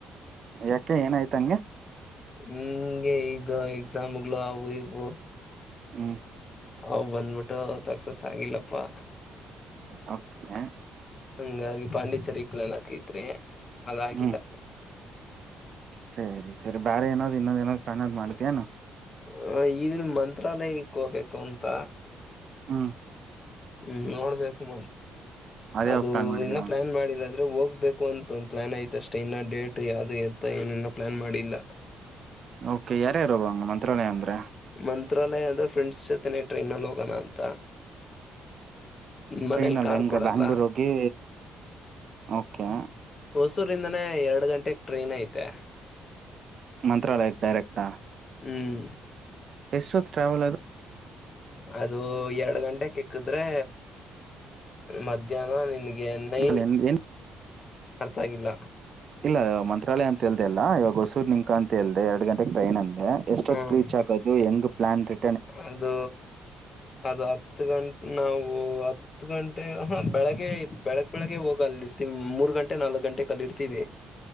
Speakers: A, on the right; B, on the left.
A: ಯಾಕೆ ಏನಾಯ್ತು ಹಂಗೆ?
B: ಹಂಗೆ ಇದು ಎಕ್ಸಾಮ್ಗಳು ಅವು ಇವು.
A: ಹ್ಮ್
B: ಅವ್ ಬಂದ್ಬಿಟ್ಟು ಸಕ್ಸಸ್ ಆಗಿಲ್ಲಪ್ಪಾ.
A: ಓಕೆ.
B: ಹಂಗಾಗಿ ಪಾಂಡಿಚೇರಿಗ್ ಪ್ಲಾನ್ ಹಾಕಿದ್ವಿ ಅದ್ ಆಗಿಲ್ಲ.
A: ಹ್ಮ್ ಸರಿ ಸರಿ ಬೇರೆ ಏನಾದ್ ಇನ್ನೊಂದು ಇನ್ನೊಂದು ಪ್ಲಾನದ್ ಮಾಡಿದ್ದೇನು?
B: ಹ ಇಲ್ಲಿನ್ ಮಂತ್ರಾಲಯಕ್ಕೆ ಹೋಗ್ಬೇಕು ಅಂತ.
A: ಹ್ಮ.
B: ಹ್ಮ್ ನೋಡ್ಬೇಕು
A: ಅದೇ
B: ಅದು
A: ಹೋಗ್ ಪ್ಲಾನ್ ಮಾಡಿದ್ಯಾ
B: ಇನ್ನು ಪ್ಲಾನ್ ಮಾಡಿಲ್ಲಾದ್ರೆ ಹೋಗ್ಬೇಕು. ಕು ಅಂತ ಒಂದ್ ಪ್ಲಾನ್ ಐತೆ ಅಷ್ಟೆ ಇನ್ನ ಡೇಟ್ ಯಾವ್ದು ಎತ್ತ ಏನ್ನೂ ಪ್ಲಾನ್ ಮಾಡಿಲ್ಲ.
A: ಓಕೆ ಯಾರ್ಯಾರು ಹೋಗಂಗೆ ಮಂತ್ರಾಲಯ ಅಂದ್ರೆ.
B: ಮಂತ್ರಾಲಯ ಅಂದ್ರೆ ಫ್ರೆಂಡ್ಸ್ ಜೊತೆನೆ ಟ್ರೈನಲ್ ಹೋಗೋಣ ಅಂತ. ಮನೇಲಿ
A: ಟ್ರೈನಲ್ಲಿ
B: ಕಾರ್
A: ಹೆಂಗೆ
B: ಕೊಡಲ್ಲ
A: ಬ್ಯಾಂಗ್ಳೂರು ಹೋಗಿ ಓಕೆ.
B: ಹೊಸೂರಿಂದಾನೇ ಎರಡು ಗಂಟೆೆಗೆ ಟ್ರೈನ್ ಐತೆ.
A: ಮಂತ್ರಾಲಯಕ್ ಡೈರೆಕ್ಟಾ?
B: ಹ್ಮಞ
A: ಎಷ್ಟೊತ್ ಟ್ರಾವೆಲ್ ಅದು?
B: ಅದು ಎರಡು ಗಂಟೆಕೆ ಇಕ್ಕಿದ್ರೆ ಮಧ್ಯಾಹ್ನ ನಿನ್ಗೆ ನೈ
A: ಅಂಕಲ್ ಎನ್ ಏನ್
B: ಅರ್ಥ ಆಗಿಲ್ಲ.
A: ಇಲ್ಲ ಮಂತ್ರಾಲಯ ಅಂತ ಹೇಳ್ದಲ್ಲ ಇವಾಗ ಹೊಸೂರ್ ನಿಂಕ ಅಂತ ಹೇಳ್ದೆ ಎರಡ್ ಗಂಟೆಗೆ ಟ್ರೈನ್ ಅಂದ್ ಎಷ್ಟೊತ್
B: ಹ್ಮ್
A: ರೀಚ್ ಆಗೋದು ಹೆಂಗ್ ಪ್ಲಾನ್ ರಿ
B: ಅದು ಅದು ಹತ್ತು ಗಂಟೆ ನಾವು ಹತ್ತು ಹತ್ತು ಗಂಟೆ ಹಾ ಬೆಳಗ್ಗೆ ಬೆಳಗ್ ಬೆಳಿಗ್ಗೆ ಹೋಗ ಅಲ್ಲಿರ್ತೀವಿ ಮೂರ್ ಗಂಟೆ ನಾಲ್ಕಕ್ ಗಂಟೆ ಕ ಅಲ್ಲಿರ್ತೀವಿ